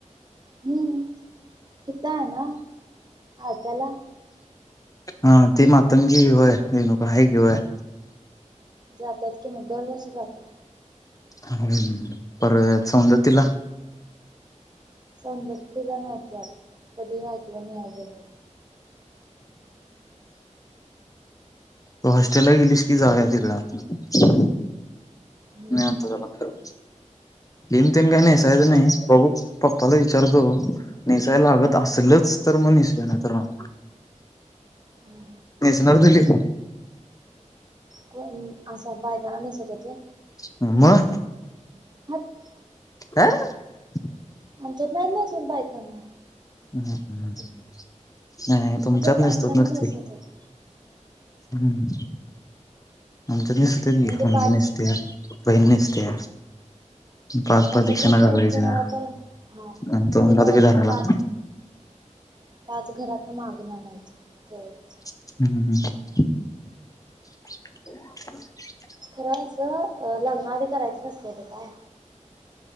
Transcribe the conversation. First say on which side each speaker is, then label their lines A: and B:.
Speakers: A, on the right; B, on the left.
A: हम्म. तीथं हाय ना, आ त्याला.
B: हा, ती मातंगी होय? रेणुका, हाय की व्हय.
A: जातात कि म. दरवर्षी जातात.
B: हं. परत सौंदतीला.
A: सौंदतीला नाहीत जात. कधी ऐकलं नाही, आई गेल्यालं.
B: तू हॉस्टेलला गेलीस की, जाऊया तिकड.
A: हम्म
B: नाही आता झाला फिरून. लिम - तीम काही नाही. सहज
A: असं ना
B: नाही, बघू. पप्पाला विचारतो. नेसायला लागत असलच, तर म निसुया. नाही तर नाही.
A: हम्म.
B: नेसणार दिली.
A: कोण? असं, बायकांना नेसवत्यात होय?
B: म?
A: हाट <inaudible>
B: काय झालं?
A: आमच्यात नाय <unintelligible> नसून बायकाना.
B: हम्म हम्म, नाय तुमच्यात
A: आमच्यात माणसांना
B: नयसतो. नसतील.
A: नेसवतात
B: हम्म आमच्यात नीसतरी
A: आणि ते
B: मम्मी
A: पाच
B: नेसते. बिहिन नेस्ते. पाच
A: आमच्यात
B: प्रदी्क्षाणा
A: फक्त एक
B: घालायच्या.
A: कोणाला तर हा
B: आणि तोंडात
A: ते करायचं
B: बी धरायला
A: आणि
B: लागत.
A: पाच घरात मागून आणायचं. तेवरच
B: हम्म. <unintelligible>
A: खरं असं लग्नाआधी करायचंच असत ते काय?